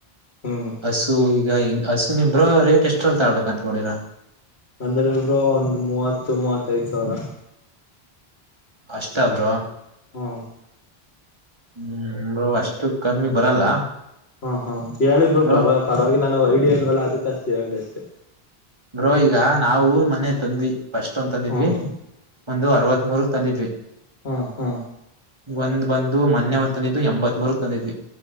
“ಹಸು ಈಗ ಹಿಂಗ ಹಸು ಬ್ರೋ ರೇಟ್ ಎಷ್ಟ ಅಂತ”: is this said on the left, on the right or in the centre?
Right